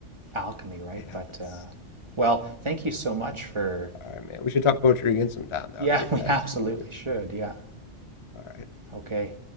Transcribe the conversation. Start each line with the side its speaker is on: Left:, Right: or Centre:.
Right: alchemy, right?
Left: Yeah.
Right: But
Left: That's
Right: uh, well, thank you so much for.
Left: all right, man. We should talk poetry again sometime. Though.
Right: Yeah, <laughs> we
Left: I've
Right: absolutely
Left: enjoyed it.
Right: should. Yeah.
Left: All right.
Right: Okay.